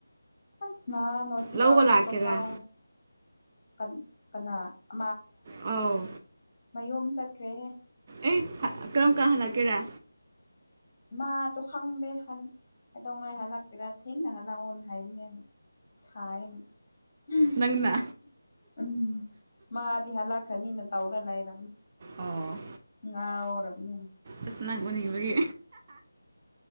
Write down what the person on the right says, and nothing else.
ꯂꯧꯕ ꯂꯥꯛꯀꯦꯔꯥ
ꯑꯧ
ꯑꯦ ꯀꯔꯝ ꯀꯥꯜ ꯍꯜꯂꯛꯀꯦꯔꯥ
ꯅꯪꯅ
ꯑꯣ
ꯑꯁ ꯅꯪ ꯎꯅꯤꯡꯕꯒꯤ